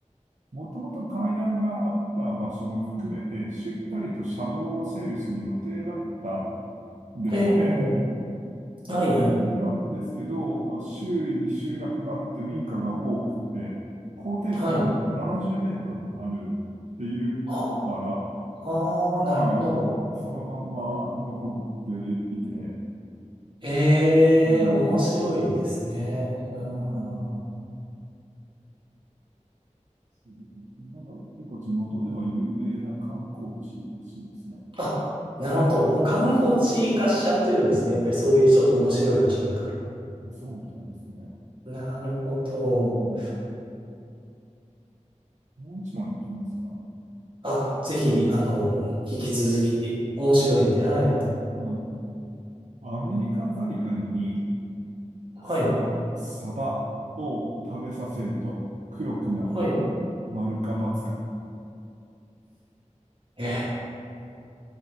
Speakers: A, on the right; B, on the right.
A: もともと階段があった場所も含めて、しっかりと車道を整備する予定だったんですって。
B: ええ、はいはい。
A: なんですけど、周囲に集落があって民家が多くて、高低差が70メートルもあるっていうことから、
B: はい。あ、ああ、
A: はい、
B: なるほど。
A: そのまんま残っていて、
B: ええ、
A: うん、
B: 面白いですね。うん。
A: まあ、そうなんか結構地元では有名な観光地ですね。
B: あ、なるほど。もう観光地化しちゃってるんですね。
A: うん
B: やっぱりそういうちょっと面白い場所だか
A: あそうみたいですね。
B: ら。なるほど。
A: うん。もう一問いきますか。
B: あ、ぜひ、あの、引き続き面白いんで、はい。
A: うん。アメリカザリガニに
B: はい。
A: サバ、サバを食べさせると黒くなる。
B: はい。
A: 丸か×か。
B: え、